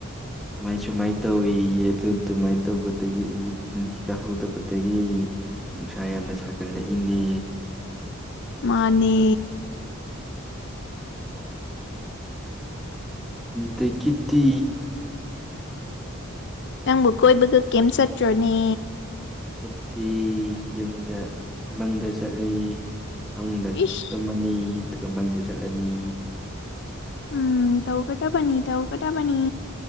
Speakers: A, in the centre; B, on the left.
A: ꯁꯨꯃꯥꯏ ꯁꯨꯃꯥꯏꯅ ꯇꯧꯋꯤ ꯑꯗꯨ ꯑꯗꯨꯃꯥꯏꯅ ꯇꯧꯕꯗꯒꯤ ꯎ ꯀꯩ ꯀꯥꯍꯧꯗꯕꯗꯒꯤ ꯅꯨꯡꯁꯥ ꯌꯥꯝꯅ ꯁꯥꯀꯔꯤ ꯂꯛꯏꯅꯦ
B: ꯃꯥꯅꯦ
A: ꯎꯝ ꯗꯈꯤꯇ
B: ꯅꯪꯕꯨ ꯀꯣꯏꯕꯒ ꯀꯩꯝ ꯆꯠꯇ꯭ꯔꯣꯅꯦ
A: ꯆꯠꯇꯦ ꯌꯨꯝꯗ ꯏꯃꯪꯗ ꯆꯠꯂꯤ ꯐꯨꯡꯗ
B: ꯏꯁ
A: ꯇꯝꯃꯅꯤ ꯑꯗꯨꯒ ꯃꯪꯗ ꯆꯠꯂꯅꯤ
B: ꯎꯝ ꯇꯧ ꯀꯇꯕꯅꯤ ꯇꯧ ꯀꯇꯥꯕꯅꯤ